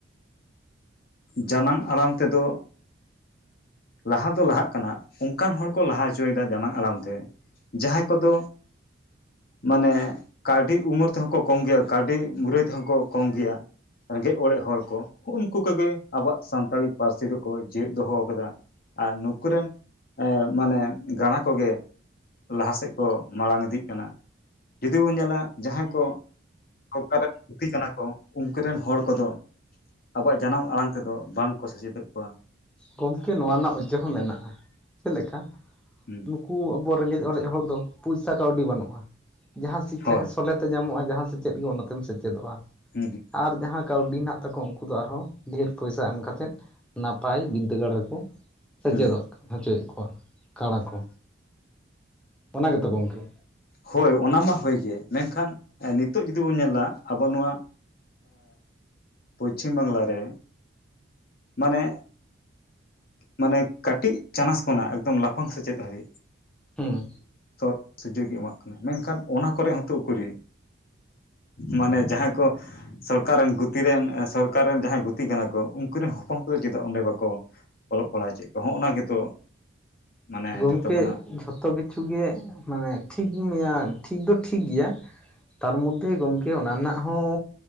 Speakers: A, on the left (about 50°); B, in the centre.
A: ᱡᱟᱱᱟᱢ ᱟᱲᱟᱝ ᱛᱮ ᱫᱚ ᱞᱟᱦᱟ ᱫᱚ ᱞᱟᱦᱟᱜ ᱠᱟᱱᱟ ᱚᱱᱠᱟᱱ ᱦᱚᱲ ᱠᱚ ᱞᱟᱦᱟ ᱦᱚᱪᱚᱭᱮᱫᱟ ᱡᱟᱱᱟᱝ ᱟᱲᱟᱝ ᱛᱮ ᱡᱟᱦᱟᱸᱭ ᱠᱚᱫᱚ ᱢᱟᱱᱮ ᱠᱟᱹᱣᱰᱤ ᱩᱢᱮᱨ ᱛᱮᱦᱚᱸ ᱠᱚ ᱠᱚᱢ ᱜᱮᱭᱟ ᱠᱟᱹᱣᱰᱤ ᱢᱩᱨᱟᱹᱭ ᱛᱮᱦᱚᱸ ᱠᱚ ᱠᱚᱢ ᱜᱮᱭᱟ ᱨᱮᱸᱜᱮᱡ ᱚᱨᱮᱡ ᱦᱚᱲ ᱠᱚ ᱩᱱᱠᱩ ᱠᱚᱜᱮ ᱟᱵᱚᱣᱟᱜ ᱥᱟᱱᱛᱟᱲᱤ ᱯᱟᱹᱨᱥᱤ ᱫᱚᱠᱚ ᱡᱮᱣᱤᱫ ᱫᱚᱦᱚ ᱟᱠᱟᱫᱟ ᱟᱨ ᱱᱩᱠᱩ ᱨᱤᱱ ᱢᱟᱱᱮ ᱜᱟᱬᱟ ᱠᱚᱜᱮ ᱞᱟᱦᱟ ᱥᱮᱫ ᱠᱚ ᱢᱟᱲᱟᱝ ᱤᱫᱤᱜ ᱠᱟᱱᱟ ᱡᱩᱫᱤ ᱵᱚᱱ ᱧᱮᱞᱟ ᱡᱟᱦᱟᱸᱭ ᱠᱚ ᱚᱠᱟᱨᱮ ᱯᱩᱛᱤ ᱠᱟᱱᱟ ᱠᱚ ᱩᱱᱠᱩ ᱨᱤᱱ ᱦᱚᱲ ᱠᱚᱫᱚ ᱟᱵᱚᱣᱟᱜ ᱡᱟᱱᱟᱢ ᱟᱲᱟᱝ ᱛᱮᱫᱚ ᱵᱟᱝ ᱠᱚ ᱥᱮᱪᱮᱫᱮᱫ ᱠᱚᱣᱟ
B: ᱜᱚᱢᱠᱮ ᱱᱚᱣᱟ ᱨᱮᱱᱟᱜ ᱚᱡᱮ ᱦᱚᱸ ᱢᱮᱱᱟᱜᱼᱟ ᱪᱮᱫ ᱞᱮᱠᱟ
A: ᱦᱩᱸ
B: ᱱᱩᱠᱩ ᱟᱵᱚ ᱨᱮᱸᱜᱮᱡ ᱚᱨᱮᱡ ᱦᱚᱲ ᱫᱚ ᱯᱚᱭᱥᱟ ᱠᱟᱹᱣᱰᱤ ᱵᱟᱹᱱᱩᱜᱼᱟ ᱡᱟᱦᱟᱸ ᱥᱤᱠᱷᱟ
A: ᱦᱳᱭ
B: <unintelligible> ᱥᱮᱫ <unintelligible> <unintelligible> ᱧᱟᱢᱚᱜᱼᱟ ᱡᱟᱦᱟᱸ ᱥᱮᱪᱮᱫ ᱜᱮ ᱚᱱᱟᱛᱮᱢ ᱥᱮᱪᱮᱫᱚᱜᱼᱟ
A: ᱦᱩᱸ
B: ᱟᱨ ᱡᱟᱦᱟᱸ ᱠᱟᱹᱣᱰᱤ ᱢᱮᱱᱟᱜ ᱛᱟᱠᱚᱣᱟ ᱩᱱᱠᱩ ᱫᱚ ᱟᱨᱦᱚᱸ ᱰᱷᱮᱨ ᱯᱚᱭᱥᱟ ᱮᱢ ᱠᱟᱛᱮᱫ ᱱᱟᱯᱟᱭ <unintelligible> ᱵᱤᱫᱽᱫᱟᱹᱜᱟᱲ ᱨᱮᱠᱚ ᱥᱮᱪᱮᱫᱚᱜ
A: ᱦᱩᱸ
B: ᱦᱚᱪᱚᱭᱮᱫ ᱠᱚᱣᱟ ᱠᱟᱲᱟ ᱠᱚ ᱚᱱᱟ ᱜᱮᱛᱚ ᱜᱚᱢᱠᱮ
A: ᱦᱚᱭ ᱚᱱᱟ ᱢᱟ ᱦᱚᱭ ᱜᱮ ᱢᱮᱱᱠᱷᱟᱱ ᱱᱤᱛᱚᱜ ᱡᱩᱫᱤ ᱵᱚᱱ ᱧᱮᱞᱟ ᱟᱵᱚ ᱱᱚᱣᱟ ᱮᱼᱯᱚᱪᱷᱤᱢ ᱵᱟᱝᱞᱟ ᱨᱮ ᱢᱟᱱᱮ ᱢᱟᱱᱮ ᱠᱟᱹᱴᱤᱡ ᱪᱟᱱᱟᱪ ᱠᱷᱚᱱᱟᱜ ᱮᱠᱫᱚᱢ ᱞᱟᱯᱷᱟᱝ ᱥᱮᱪᱮᱫ ᱦᱟᱹᱨᱤᱡ
B: ᱦᱩᱸ
A: <unintelligible> ᱥᱩᱡᱚᱜᱽ ᱮ ᱮᱢᱟᱜ ᱠᱟᱱᱟ ᱢᱮᱱᱠᱷᱟᱱ ᱚᱱᱟ ᱠᱚᱨᱮ ᱦᱚᱸᱛᱚ ᱚᱠᱩᱨᱤ ᱢᱟᱱᱮ ᱡᱟᱦᱟᱸᱭ ᱠᱚ ᱥᱚᱨᱠᱟᱨ ᱨᱤᱱ ᱜᱩᱛᱤ ᱨᱮᱱ ᱥᱚᱨᱠᱟᱨ ᱨᱤᱱ ᱡᱟᱦᱟᱸᱭ ᱜᱩᱛᱤ ᱠᱟᱱᱟ ᱠᱚ ᱩᱱᱠᱩ ᱨᱮᱱ ᱦᱚᱯᱚᱱ ᱠᱚᱫᱚ ᱪᱮᱫᱟᱜ ᱚᱸᱰᱮ ᱵᱟᱠᱚ ᱚᱞᱚᱜ ᱯᱟᱲᱦᱟᱜ ᱪᱮᱫ ᱠᱚ ᱦᱚᱜᱼᱱᱟ ᱜᱮᱛᱚ ᱢᱟᱱᱮ
B: ᱜᱚᱢᱠᱮ
A: ᱡᱷᱚᱛᱚ ᱠᱷᱚᱱᱟᱜ
B: ᱡᱷᱚᱛᱚ ᱠᱤᱪᱷᱩ ᱜᱮ ᱢᱟᱱᱮ ᱴᱷᱤᱠ ᱜᱮᱭᱟ ᱴᱷᱤᱠ ᱫᱚ ᱴᱷᱤᱠ ᱜᱮᱭᱟ ᱛᱟᱨ ᱢᱚᱫᱽᱫᱷᱮ ᱜᱚᱢᱠᱮ ᱚᱱᱟ ᱨᱮᱱᱟᱜ ᱦᱚᱸ